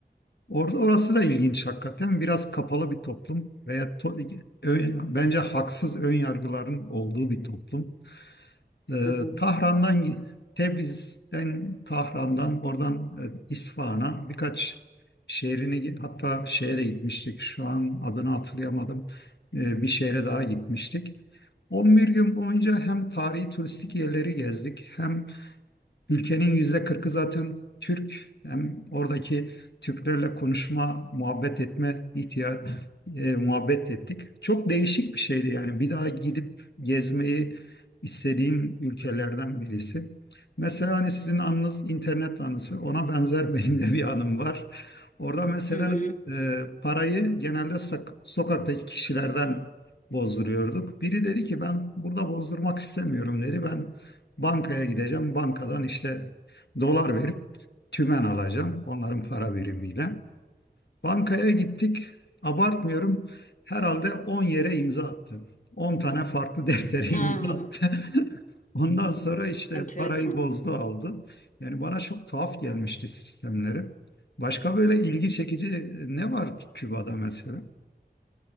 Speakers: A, on the left; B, on the left.
A: Orada orası da ilginç hakikaten. Biraz kapalı bir toplum veya to- ön- bence haksız ön yargıların olduğu bir toplum. Ee,
B: Hı hı.
A: Tahran'dan Tebriz'den Tahran'dan oradan e, İsfahan'a birkaç şehrini hatta şehre gitmiştik. Şu an adını hatırlayamadım. Ee, bir şehre daha gitmiştik. 11 gün boyunca hem tarihi turistik yerleri gezdik hem Ülkenin yüzde kırkı zaten Türk. Hem oradaki Türklerle konuşma, muhabbet etme ihtiya e, muhabbet ettik. Çok değişik bir şeydi yani bir daha gidip gezmeyi istediğim ülkelerden birisi. Mesela hani sizin anınız internet anısı ona benzer <laughs> benim de bir anım var. Orada mesela
B: Hı hı.
A: e, parayı genelde sak- sokaktaki kişilerden bozduruyorduk. Biri dedi ki ben burada bozdurmak istemiyorum dedi. Ben Bankaya gideceğim. Bankadan işte dolar verip tümen alacağım. Onların para birimiyle. Bankaya gittik. Abartmıyorum. Herhalde 10 yere imza attı. 10 tane farklı deftere
B: Ha,
A: <laughs> imza attı. <laughs> Ondan sonra işte
B: enteresan.
A: parayı bozdu aldı. Yani bana çok tuhaf gelmişti sistemleri. Başka böyle ilgi çekici ne var Küba'da mesela?